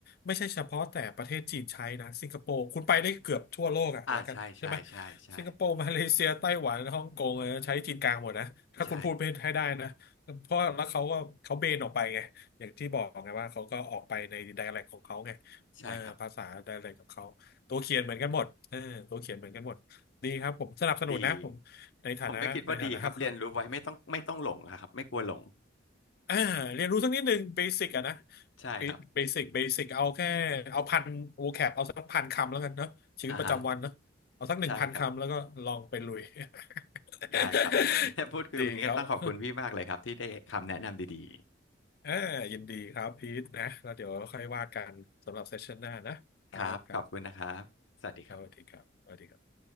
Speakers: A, on the left (about 50°); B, on the left (about 80°).
A: ไม่ใช่เฉพาะแต่ประเทศจีนใช้นะสิงคโปร์คุณไปได้เกือบทั่วโลกอ่ะแล้วกันใช่ไหม
B: อ่าใช่ใช่ใช่ใช่
A: สิงคโปร์ <laughs> มาเลเซียไต้หวันฮ่องกงเออใช้จีนกลางหมดนะถ้าคุณพูดไปให้ได้นะ
B: ใช่
A: เพราะแล้วเขาก็เขาเบนออกไปไงอย่างที่บอกไงว่าเขาก็ออกไปในไดแลกของเขาไง
B: ใช่ครับ
A: เออภาษาดแลกของเขาตัวเขียนเหมือนกันหมดเออตัวเขียนเหมือนกันหมดดีครับผมสนับสนุนนะผม
B: ดี
A: ในฐานะในฐานะ
B: ผมก็คิดว่าดีครับเรียนรู้ไว้ไม่ต้องไม่ต้องหลงนะครับไม่กลัวหลง
A: <laughs> อ่าเรียนรู้สักนิดหนึ่งเบสิกอะนะ
B: ใช่ครับ
A: เบสิกเบสิกเอาแค่เอาพันโอแคปเอาสักพันคำแล้วกันเนาะชีวิตประจำวันเนาะเอาสักหนึ่งพันคำแล้วก็ลองไปลุย
B: อ่าฮะใช่ครับ
A: <laughs>
B: ได้ครับ <laughs> และพูดคุยวันนี้ก็ต้องขอบคุณพี่มากเลยครับที่ได้คำแนะนำดี
A: ดีครับ <laughs> อ่ายินดีครับพีทนะแล้วเดี๋ยวค่อยว่ากันสำหรับเซสชันหน้านะครับครับ
B: ๆครับขอบคุณนะครับสวัสดีครับ
A: ครับสวัสดีครับสวัสดีครับ